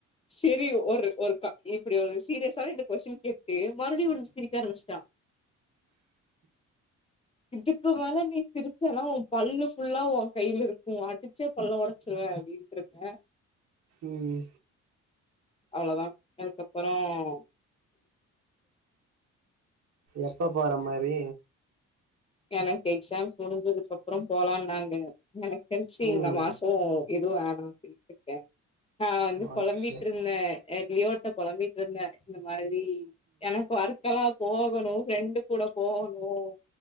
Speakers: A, on the left; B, on the right.
A: செரி ஒரு ஒருக்கா இப்டி ஒரு சீரியஸான இந்த கொஸ்டின் கேட்டு மறுபடியு கொஞ்சு சிரிக்க ஆரம்பிச்ட்டா இதுக்கு மேல நீ சிரிச்சனா உ பல்லு ஃபுல்லா உ கையில இருக்கு அடிச்சே பல்ல ஒடச்சிருவே அப்டின்றுக்கே
B: உம்
A: அவ்வளவுதான் அதுக்கப்புறம்
B: எப்ப போற மாதிரி
A: எனக்கு எக்ஸாம் முடிஞ்சதுக்கு அப்புறம் போலாம் நாாங்க எனக்கு தெச்சிங்
B: ம்
A: இந்த மாசம் எதுவும் ஆ பிச்சக்கேன் நான் வந்து
B: ஓகே
A: பொழம்பிட்டு இருந்தேன் லியோட்ட பொழம்பிட்டு இருந்தேன் இந்த மாரி ம் எனக்கு வர்கலா போகணும் ஃப்ரெண்டு கூட போகணும்